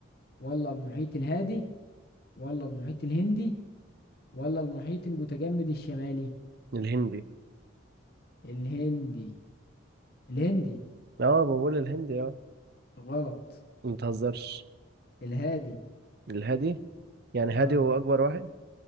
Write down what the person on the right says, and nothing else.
الهندي
اه بقول الهندي اه
ما تهزرش
الهادي يعني هادي
هو أكبر واحد